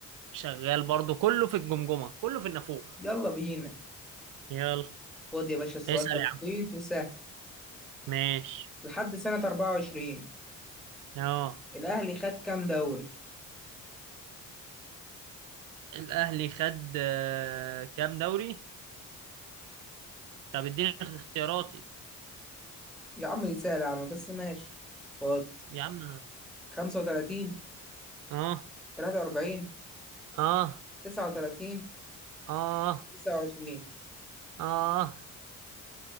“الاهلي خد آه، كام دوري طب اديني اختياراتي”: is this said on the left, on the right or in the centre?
Right